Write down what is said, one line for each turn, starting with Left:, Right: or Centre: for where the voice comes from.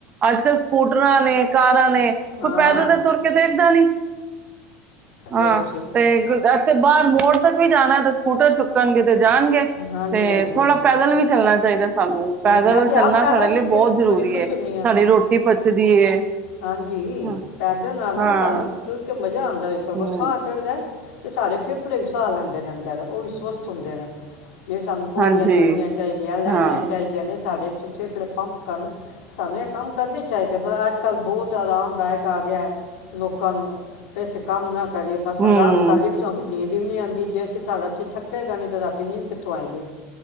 Right: ਅੱਜ ਕੱਲ੍ਹ ਸਕੂਟਰਾਂ ਨੇ ਕਾਰ ਨੇ ਤੂੰ
Left: ਹਾਂ
Right: ਪੈਦਲ ਤੇ ਤੁਰ ਕੇ ਦੇਖਦਾ ਨੀ ਹਾਂ
Left: ਦੇ ਤੁਸੀਂ
Right: ਤੇ ਬਾਹਰ ਮੋੜ ਤੱਕ ਵੀ ਜਾਣਾ ਤੇ ਸਕੂਟਰ ਚੁੱਕਣਗੇ ਤੇ ਜਾਣਗੇ
Left: ਹਾਂਜੀ
Right: ਤੇ
Left: ਹਾਂਜੀ
Right: ਥੋੜਾ ਪੈਦਲ ਵੀ ਚੱਲਣਾ ਚਾਹੀਦਾ ਸਾਨੂੰ
Left: ਤੇ
Right: ਪੈਦਲ
Left: ਮੈਂ ਤੇ
Right: ਚੱਲਣਾ
Left: ਆਪ ਪੈਦਲ
Right: ਸਾਡੇ
Left: ਤੁਰ
Right: ਲਈ
Left: ਕੇ
Right: ਬਹੁਤ ਜ਼ਰੂਰੀ
Left: ਬੜੀ ਖੁਸ਼
Right: ਹੈ
Left: ਹੁੰਨੀ
Right: ਸਾਡੀ ਰੋਟੀ ਪਚਦੀ ਹੈ
Left: ਹਾਂਜੀ
Right: ਹਾਂ
Left: ਪੈਦਲ ਆ ਨਾ
Right: ਹਾਂ
Left: ਸਾਨੂੰ ਟੁੁਰ ਕੇ ਮਜ਼ਾ ਆਉਂਦਾ ਵੀ ਸਗੋਂ
Right: ਹੂੰ
Left: ਸਾਹ ਚੜਦਾ ਅਤੇ ਸਾਰੇੇ ਫੇਫੜੇ ਵੀ ਸਾਹ ਲੈਂਦੇ ਨੇ ਅੰਦਰ ਉਹ ਸਵਸਥ ਹੁੰਦੇ ਨੇ ਜਿਵੇਂ ਸਾਨੂੰ ਪੋੜੀਆਂ
Right: ਹਾਂਜੀ
Left: ਚੜਨੀਆਂ ਚਾਹੀਦੀਆਂ ਲੈਣੀਆਂ
Right: ਹਾਂ
Left: ਨਹੀ ਸਾਡੇ ਪਿਛੇ ਜਿਹੜੇ ਪੰਪ ਸਨ। ਸਾਨੂੰ ਇਹ ਕੰਮ ਕਰਨੇ ਚਾਹੀਦੇ, ਪਰ ਅੱਜ ਕੱਲ੍ਹ ਬਹੁਤ ਆਰਾਮਦਾਇਕ ਆ ਗਿਆ ਲੋਕਾਂ ਨੂ ਕਿ ਅਸੀਂ ਕੰਮ ਨਾ ਕਰੀਏ ਬਸ
Right: ਹੂੰ
Left: ਆਰਾਮ ਕਰ ਲਇਏ, ਬਸ ਅਪਨੀ ਨੀਂਦ ਨੀਂਦ ਨਹੀਂ ਆਉਂਦੀ, ਜੇ ਅਸੀਂ ਸਾਰਾ ਦਿਨ ਥੱਕੇਗਾ ਨਹੀਂ ਤੇ ਰਾਤੀਂ ਨੀਂਦ ਕਿਥੋ ਆਏਗੀ।